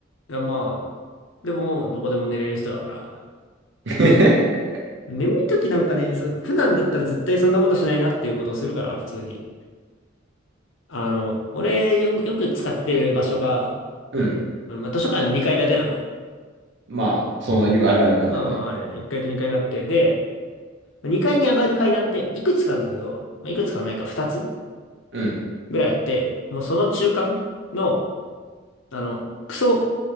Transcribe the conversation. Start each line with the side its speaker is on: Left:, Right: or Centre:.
Left: いやまあ、でもどこでも寝れる人だから、
Right: <laughs>
Left: 眠い時なんかね、そう普段だったら絶対そんなことしないなっていうことをするから、普通に。あの、俺よ、よく使ってる場所が、
Right: うん。
Left: まあ、まあ図書館2階建てなの。
Right: まあ、そういうあるあるなんだよね。
Left: まあ、まああるよね。1階と2階があって。で、2階に上がる階段っていくつかあるんだけど、まあ、いくつかはないか2つ
Right: うん。
Left: ぐらいあって、もうその中間の、あの、クソ